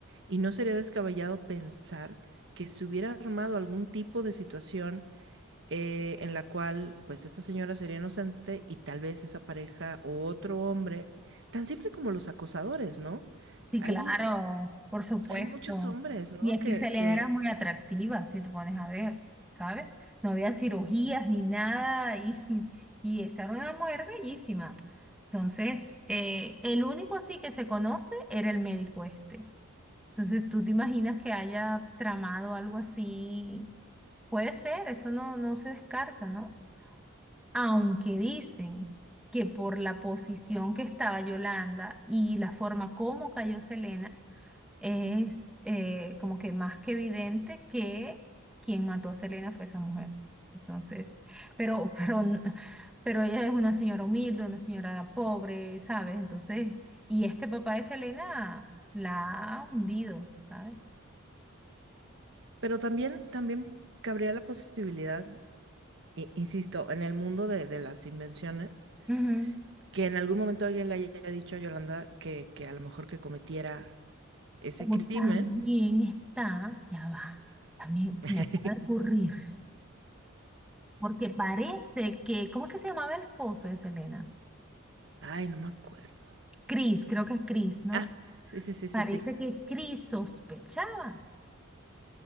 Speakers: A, on the right; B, in the centre.
A: y no sería descabellado pensar que se hubiera armado algún tipo de situación eh, en la cual pues esta señora sería inocente y tal vez esa pareja o otro hombre, tan simple como los acosadores, ¿no?
B: Sí,
A: Hay,
B: claro,
A: hay,
B: por
A: o
B: supuesto.
A: sea, hay muchos hombres, ¿no?
B: Y es
A: Que,
B: que Selena
A: que...
B: era muy atractiva, si te pones a ver, ¿sabes? No había cirugías ni nada y, <laughs> y esa era una mujer bellísima. Entonces, eh, el único así que se conoce era el médico este. Entonces, ¿tú te imaginas que haya tramado algo así? Puede ser, eso no, no se descarta, ¿no? Aunque dicen que por la posición que estaba Yolanda y la forma como cayó Selena, es eh, como que más que evidente que quien mató a Selena fue esa mujer. Entonces, pero, <laughs> pero, n- pero ella es una señora humilde, una señora pobre, ¿sabes? Entonces, y este papá de Selena la ha hundido, ¿sabes?
A: Pero también, también cabría la posibilidad, i- insisto, en el mundo de, de las invenciones,
B: Ujú.
A: que en algún momento alguien le haya dicho a Yolanda que, que a lo mejor que cometiera ese
B: Como
A: crimen.
B: también está, ya va, también se
A: <laughs>
B: me acaba de ocurrir, porque parece que, ¿cómo es que se llamaba el esposo de Selena?
A: Ay, no me acuerdo.
B: Chris, creo que es Chris, ¿no?
A: Ah, sí, sí, sí,
B: Parece
A: sí, sí.
B: que Chris sospechaba